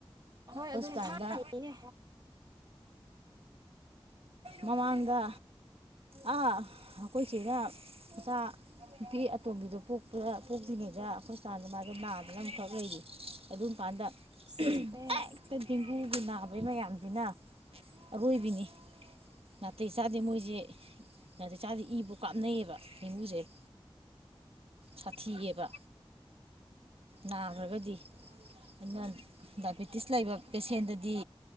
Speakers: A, on the right; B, on the right.
A: ꯍꯣꯏ
B: ꯍꯣꯁꯄꯤꯇꯥꯜꯗ
A: ꯑꯗꯨꯗꯤ ꯊꯥꯅꯤꯅꯦ꯫
B: ꯃꯃꯥꯡꯗ ꯑ ꯑꯩꯈꯣꯏ ꯆꯦꯅ ꯃꯆꯥ ꯅꯨꯄꯤ ꯑꯇꯣꯝꯕꯤꯗꯣ ꯄꯨꯔꯥ ꯄꯣꯛꯇ꯭ꯔꯤꯉꯩꯗ ꯍꫭꯁꯏꯇꯥꯟꯗ ꯃꯥꯁꯦ ꯅꯥꯗꯅ ꯑꯃꯈꯛ ꯂꯩꯔꯤ ꯑꯗꯨꯝ ꯛꯥꯟꯗ
A: ꯑꯁ ꯆꯞꯄꯦ
B: ꯍꯦꯛꯇ ꯗꯦꯡꯒꯨꯒꯤ ꯅꯥꯕꯩ ꯃꯌꯥꯝꯁꯤꯅ ꯑꯔꫭꯏꯕꯤꯅꯦ ꯅꯇꯩ ꯆꯥꯗꯦ ꯃꯣꯏꯁꯦ꯫ ꯉꯗꯤ ꯆꯥꯗꯤ ꯏꯕꯨ ꯀꯥꯞꯅꯩꯑꯦꯕ ꯍꯧꯖꯤꯛ ꯁꯥꯊꯤꯌꯦꯕ꯫ ꯅ꯫ ꯔꯒꯗꯤ ꯑꯩꯅ ꯗꯥꯏꯄ‌ꯦꯇꯤꯁ ꯂꯩꯕ ꯄꯦꯁꯦꯟꯗꯗꯤ꯫